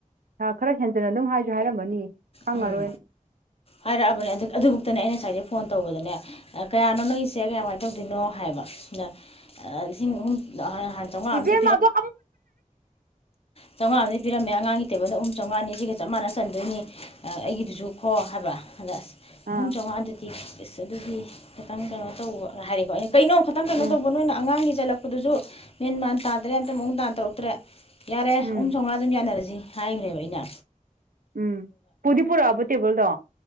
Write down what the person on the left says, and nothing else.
ꯎꯝ ꯍꯥꯏꯔꯛꯑꯕꯅꯦ ꯑꯗꯨꯃꯛꯇꯅꯦ ꯑꯩꯅ ꯉꯁꯥꯏꯗꯩ ꯐꯣꯟ ꯇꯧꯕꯗꯅꯦ ꯀꯌꯥꯅꯣ ꯅꯪꯒꯤꯁꯦ ꯀꯌꯥꯃꯥꯏꯅ ꯇꯧꯗꯣꯏꯅꯣ ꯍꯥꯏꯕ ꯁꯤꯅ ꯂꯤꯁꯤꯡ ꯑꯍꯨꯝ ꯍꯥꯟ ꯆꯥꯝꯃꯉꯥ
ꯑꯃꯗꯤ ꯆꯥꯝꯉꯥ ꯑꯃꯗꯤ ꯄꯤꯔꯝꯃꯦ ꯑꯉꯥꯡꯒꯤ ꯇꯦꯕꯜꯗꯍꯨꯝ ꯆꯥꯝꯃꯉꯥꯅꯤ ꯁꯤꯆꯒ ꯆꯞ ꯃꯥꯟꯅ ꯆꯟꯗꯣꯏꯅꯤ ꯑꯩꯒꯤꯗꯨꯁꯨ ꯈꯣ ꯍꯥꯏꯕ ꯑꯗ ꯑꯁ ꯑꯍꯨꯝ
ꯆꯥꯝꯃꯉꯥꯗꯨꯗꯤ ꯏꯁ ꯑꯗꯨꯗꯤ ꯈꯤꯇꯪ ꯀꯩꯅꯣ ꯇꯧꯕ ꯍꯥꯏꯔꯦꯀꯣ ꯀꯩꯅꯣ ꯈꯤꯇꯪ ꯀꯩꯅꯣ
ꯇꯧꯕ ꯅꯣꯏꯅ ꯑꯉꯥꯡꯒꯤ ꯆꯠꯂꯛꯄꯗꯨꯁꯨ ꯃꯦꯟ ꯃꯥꯟ ꯇꯥꯗ꯭ꯔꯦ ꯑꯇ ꯃꯑꯣꯨꯡ ꯇꯥꯟ ꯇꯧꯔꯛꯇ꯭ꯔꯦ ꯌꯥꯔꯦ
ꯑꯍꯨꯝ ꯆꯥꯝꯃꯉꯥ ꯑꯗꯨꯝ ꯌꯥꯅꯔꯁꯤ ꯍꯥꯏꯈ꯭ꯔꯦꯕ ꯑꯩꯅ